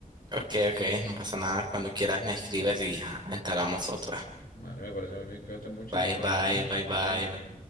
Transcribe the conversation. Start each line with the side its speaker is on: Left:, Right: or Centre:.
Right: Ok, ok, no pasa
Left: Vale,
Right: nada. Cuando quieras me escribes
Left: vale.
Right: y ah, entablamos otra.
Left: Vale, me parece muy bien, cuídate mucho
Right: Bye,
Left: y estamos
Right: bye,
Left: hablando, ¿eh?
Right: bye, bye,
Left: Bye.
Right: bye.